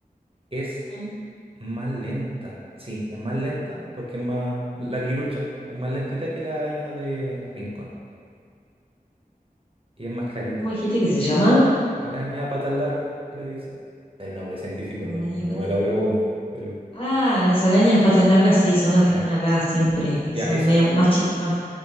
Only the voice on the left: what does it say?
Ujú.
¿Cómo dijiste que se llama?
Arañas
patas.
Ah, las arañas patas largas sí, son las que
están acá siempre, que
son
mea- más chiqui- más,